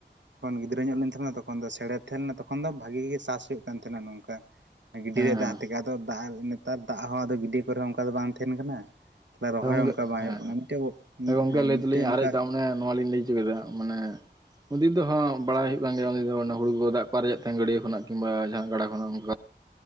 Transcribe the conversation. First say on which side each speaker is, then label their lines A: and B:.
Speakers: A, on the right; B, on the right.
A: ᱠᱷᱚᱱ ᱜᱤᱫᱽᱨᱟᱹ ᱧᱚᱜ ᱞᱤᱧ ᱛᱟᱦᱮᱸ ᱠᱟᱱᱟ ᱛᱚᱠᱷᱚᱱ ᱫᱚ ᱥᱮᱲᱮ ᱛᱷᱮᱱ ᱛᱷᱮᱱ ᱞᱮᱱᱟ ᱛᱚᱠᱷᱚᱱ ᱫᱚ ᱵᱷᱟᱜᱮ ᱜᱮ ᱪᱟᱥ ᱦᱩᱭᱩᱜ ᱠᱟᱱ ᱛᱮᱦᱮᱱᱟ ᱱᱚᱝᱠᱟ᱾ ᱜᱤᱰᱭᱟᱹ
B: ᱦᱮᱸ
A: ᱨᱮ ᱫᱟᱜ ᱛᱮᱜᱮ ᱟᱫᱚ ᱫᱟᱜ ᱱᱮᱛᱟᱨ ᱫᱟᱜ ᱦᱚᱸ ᱟᱫᱚ ᱜᱤᱰᱭᱟᱹ ᱠᱚᱨᱮ ᱦᱚᱸ ᱚᱱᱠᱟ ᱫᱚ ᱵᱟᱝ ᱛᱮᱦᱮᱱ ᱠᱟᱱᱟ᱾ ᱛᱟᱞᱦᱮ‌ ᱨᱚᱦᱚᱭ
B: ᱦᱮᱸ ᱜᱚᱝᱠᱮ
A: ᱦᱚᱸ ᱚᱱᱠᱟ ᱵᱟᱸᱭ
B: ᱦᱮᱸ
A: ᱦᱩᱭᱩᱜ ᱠᱟᱱᱟ ᱢᱤᱫᱴᱮᱡ ᱩᱸ ᱩᱸᱜ
B: ᱜᱚᱝᱠᱮ
A: ᱦᱮᱸ
B: ᱞᱟᱹᱭ
A: ᱢᱤᱫᱴᱮᱡ
B: ᱫᱟᱞᱤᱧ ᱟᱨᱮᱡ
A: ᱚᱱᱠᱟ
B: ᱫᱟᱜ ᱢᱟᱱᱮ ᱱᱚᱣᱟ ᱞᱤᱧ ᱞᱟᱹᱭ ᱩᱪᱩ ᱠᱮᱫᱟ ᱢᱟᱱᱮ ᱩᱱ ᱫᱤᱱ ᱫᱚ ᱦᱟᱸᱜ ᱵᱟᱲᱟᱭ ᱦᱩᱭᱩᱜ ᱠᱟᱱ ᱜᱮᱭᱟ, ᱩᱱ ᱫᱤᱱ ᱫᱚ ᱚᱱᱟ ᱦᱩᱲᱩ ᱠᱚ ᱫᱟᱜ ᱠᱚ ᱟᱨᱮᱡᱮᱫ ᱛᱮᱦᱮᱸᱱ ᱜᱟᱹᱰᱭᱟᱹ ᱠᱷᱚᱱᱟᱜ ᱠᱤᱝᱵᱟ ᱡᱟᱦᱟᱸ ᱜᱟᱰᱟ ᱠᱷᱚᱱᱟᱜ ᱚᱱᱠᱟ᱾